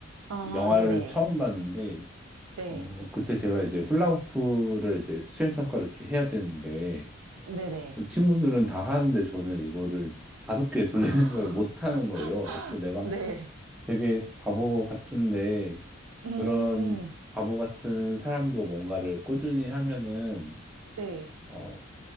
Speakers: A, on the right (about 80°); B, in the centre.
A: 아,
B: 영화를
A: 네네.
B: 처음 봤는데,
A: 네.
B: 어, 그때 제가 이제 훌라후프를 이제 수행평가를 이렇게 해야 되는데,
A: 네네.
B: 친구들은 다 하는데 저는 이거를 다섯 개 돌리는
A: 아,
B: 걸 못하는 거예요. 그래서 내가
A: <laughs> 네.
B: 되게 바보 같은데,
A: 음,
B: 그런 바보 같은 사람도 뭔가를 꾸준히 하면은,
A: 네.
B: 어,